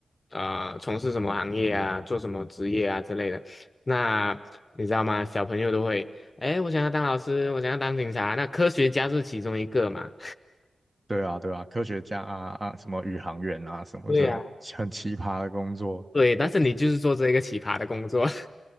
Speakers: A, on the left; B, on the right.
A: 呃从事什么行业啊，做什么职业啊之类的。”那你知道吗？小朋友都会：“哎，我想要当老师，我想要当警察。”那科学家是其中一个嘛？
B: 对啊，对啊，科学家啊啊，什么宇航员啊，
A: <laughs>
B: 什么这种很奇葩的工作，
A: 对呀。<laughs> 对，但是你就是做这一个奇葩的工作。